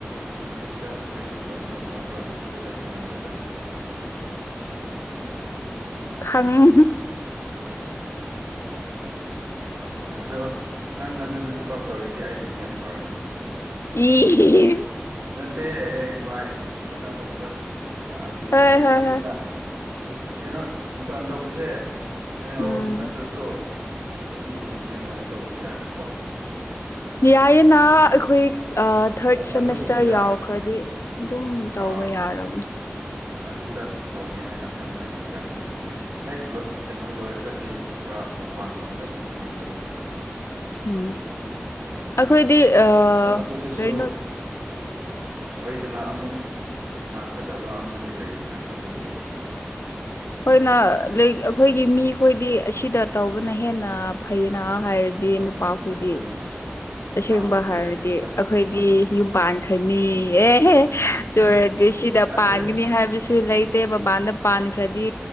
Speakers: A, on the right (about 75°); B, on the left (about 85°).
A: ꯐꯦꯁꯕꯨꯛ ꯅꯪꯒꯤ ꯕ꯭ꯂꯣꯛ ꯇꯧꯅꯕ꯭ꯔꯥ ꯎꯕꯗꯨꯗ ꯈꯪꯕꯅꯤꯗ
B: ꯈꯪ꯫
A: ꯑꯗꯣ ꯅꯪ ꯑꯗꯨꯗ ꯊꯕꯛ ꯇꯧꯔꯗꯤ ꯑꯩꯒꯤꯗꯤ ꯌꯥꯝ ꯐꯔꯦꯅ
B: <inaudible>
A: ꯅꯠꯇꯦ ꯍꯌꯦꯡ ꯋꯥꯏ ꯀꯩꯅꯣꯒꯨꯝꯕ ꯂꯥꯛꯑꯗꯤ
B: ꯍꯣꯏ ꯍꯣꯏ
A: ꯅꯠꯇꯦꯗ
B: ꯍꯣꯏ
A: ꯀꯩꯅꯣ ꯏꯟꯇꯥꯔꯟ ꯇꯧꯕꯁꯦ ꯐꯥꯏꯅꯦꯜ
B: ꯎꯝ
A: ꯅꯠꯇ꯭ꯔꯁꯨ ꯑꯩ ꯑꯩꯒꯤ ꯏꯟꯗꯤꯄꯦꯟꯗꯦꯟ ꯑꯣꯏꯅ ꯇꯧꯕꯁꯨ ꯌꯥꯏꯅꯀꯣ
B: ꯌꯥꯏꯌꯦꯅ ꯑꯩꯈꯣꯏ ꯊꯔꯠ ꯁꯦꯃꯤꯁꯇꯔ
A: ꯑꯗꯨꯒꯤꯅꯤꯗ
B: ꯌꯥꯎ ꯈꯔꯗꯤ ꯑꯗꯨꯝ ꯇꯧꯕ
A: ꯑꯥ
B: ꯌꯥꯔꯕꯅꯦ꯫
A: ꯑꯗꯨꯗ ꯇꯧꯒꯦ ꯍꯥꯏꯅ ꯈꯟꯕꯩꯅꯤꯗ꯫ ꯂꯥꯏꯔꯤꯛ ꯀꯩꯅꯣ ꯂꯣꯏꯔꯒꯗꯤ ꯈꯔ ꯃꯄꯥꯟꯒꯕꯗ ꯊꯣꯛꯄꯅꯦ ꯑꯗꯨꯣ
B: ꯎꯝ ꯑꯩꯈꯣꯏꯗꯤ ꯑ
A: ꯑꯗꯣ ꯑꯗꯨꯗꯁꯨ
B: ꯀꯔꯤꯅꯣ
A: ꯁꯣꯏꯗꯅ ꯑꯃꯨꯛ ꯂꯥꯛꯀꯗꯕ ꯑꯃꯗꯤ ꯂꯩꯅ ꯑꯗꯨꯒꯤ
B: ꯍꯈꯣꯏꯅꯛ
A: ꯅꯠ
B: ꯑꯩꯈꯣꯏꯒꯤ ꯃꯤꯈꯣꯏꯗꯤ ꯑꯁꯤꯗ ꯇꯧꯕꯅ ꯍꯦꯟꯅ ꯐꯩꯌꯦꯅ ꯍꯥꯏꯔꯒꯦ ꯗꯤ
A: ꯍꯣꯏ
B: ꯅꯨꯄꯥꯈꯣꯏꯗꯤ
A: ꯍꯣꯏ ꯑꯗꯨꯅꯦ
B: ꯑꯁꯦꯡꯕ
A: ꯒ꯭ꯔꯥꯎꯟ
B: ꯍꯥꯏꯔꯗꯤ
A: ꯔꯤꯌꯦꯂꯤꯇꯤꯗꯣ
B: ꯑꯩꯈꯣꯏꯗꯤ
A: ꯑꯥ
B: ꯌꯨꯝ ꯄꯥꯟꯈ꯭ꯔꯅꯤ ꯑꯦꯍꯦ
A: ꯎꯝ ꯎꯝ
B: ꯑꯗꯨꯑꯣꯏꯔꯗꯤ ꯁꯤꯗ
A: ꯑꯗꯨ
B: ꯄꯥꯟꯒꯅꯤ ꯍꯥꯏ꯫ ꯍꯥꯏꯕꯁꯨ ꯂꯩꯇꯦ ꯃꯄꯥꯟꯗ ꯄꯥꯟꯈ꯭ꯔꯗꯤ